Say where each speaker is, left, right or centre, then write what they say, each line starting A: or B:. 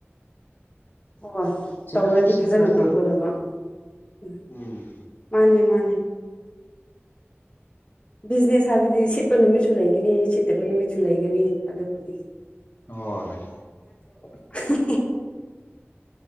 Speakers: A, on the left; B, on the left.
A: ꯍꯣꯏ
B: ꯁꯤꯠꯂꯁꯨ
A: ꯇꯧꯔꯗꯤ
B: ꯁꯤꯠꯇ꯭ꯔꯁꯨ
A: ꯐꯖꯅ ꯇꯧꯒꯗꯕ ꯑꯥ
B: ꯎꯝ
A: ꯃꯥꯅꯦ ꯃꯥꯅꯦ ꯕꯤꯖꯤꯅꯦꯁ ꯍꯥꯏꯕꯗꯤ ꯁꯤꯠꯄ ꯅꯨꯃꯤꯠꯁꯨ ꯂꯩꯒꯅꯤ ꯁꯤꯠꯇꯕ ꯅꯨꯃꯤꯠꯁꯨ ꯂꯩꯒꯅꯤ ꯑꯗꯨꯕꯨꯗꯤ
B: <unintelligible>
A: <unintelligible>